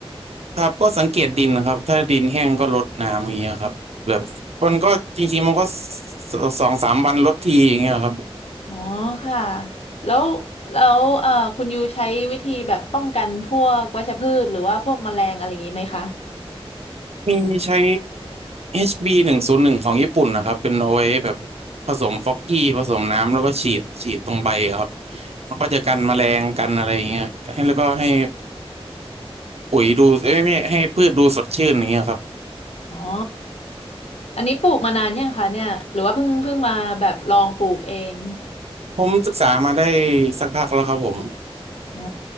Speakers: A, on the right (about 85°); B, on the left (about 80°).
A: ครับก็สังเกตดินนะครับถ้าดินแห้งก็รดน้ำอย่างเงี้ยครับแบบมันก็จริงๆมันก็สสองสามวันรดทีอย่างเงี้ยครับ
B: อ๋อค่ะแล้วแล้วเอ่อคุณยูใช้วิธีแบบป้องกันพวกวัชพืชหรือว่าพวกแมลงอะไรอย่างนี้ไหมคะ
A: มีใช้ HB หนึ่งศูนย์หนึ่งของญี่ปุ่นนะครับเป็นเอาไว้แบบผสมฟอกกี้ผสมน้ำแล้วก็ฉีดฉีดตรงใบครับมันก็จะกันแมลงกันอะไรอย่างเงี้ยให้แล้วก็ให้ปุ๋ยดูเอ้ยไม่ให้พืชดูสดชื่นอย่างเงี้ยครับ
B: อ๋ออันนี้ปลูกมานานยังคะเนี่ยหรือว่าเพิ่งเพิ่งมาแบบลองปลูกเอง
A: ผมศึกษามาได้สักพักแล้วครับผม
B: อ๋อ